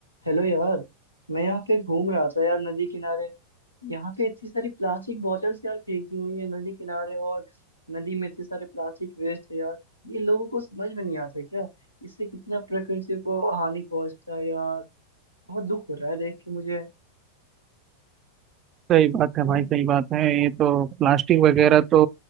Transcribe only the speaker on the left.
Hello यार मैं यहाँ पे घूम रहा था यार नदी किनारे यहाँ पे इतनी सारी प्लास्टिक बॉटल्स यार फेंकी हुई है नदी किनारे और नदी में इतने सारे प्लास्टिक वेस्ट है यार ये लोगों को समझ में नहीं आता क्या इससे कितना प्रकृति को हानि पहुंचता है यार बहुत दुख हो रहा है देख के मुझे
तुम्हें